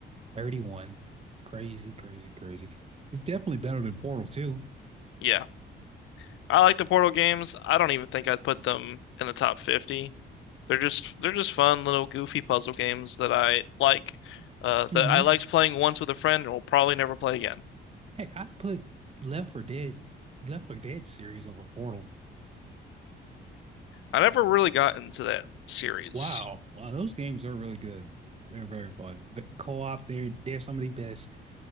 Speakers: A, on the right (about 30°); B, on the left (about 80°).
A: thirty one, Crazy, crazy, crazy. It's definitely better than Portal 2.
B: yeah. I like the Portal games. I don't even think I'd put them in the top 50. They're just they're just fun little goofy puzzle games that I like uh
A: Mm-hmm.
B: that I liked playing once with a friend and will probably never play again.
A: Heck, I put Left for Dead, Left for Dead series over Portal.
B: I never really got into that series.
A: Wow. Wow, those games are really good. They're very fun. But co-op, they're they're some of the best